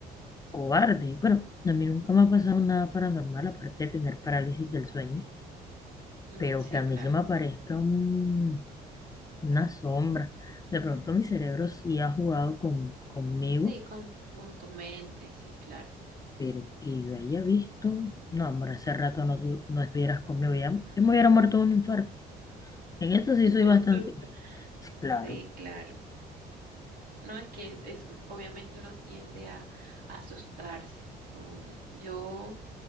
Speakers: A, on the left (about 20°); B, on the right (about 60°).
A: cobarde. Bueno, a mí nunca me ha pasado nada paranormal, aparte de tener parálisis del sueño,
B: mm,
A: pero
B: sí,
A: que a mí
B: claro.
A: se me aparezca un- una sombra. De pronto mi cerebro sí ha jugado con, conmigo,
B: Sí, con, con tu mente, sí, claro.
A: pero que yo haya visto, no, amor, hace rato no, tu- no estuvieras conmigo,
B: <laughs>
A: ya, yo me hubiera muerto de un infarto. En eso sí soy
B: Del
A: bastante,
B: susto.
A: <laughs> claro,
B: Sí, claro. No es que es eso, obviamente uno tiende a, a asustarse. Um, yo,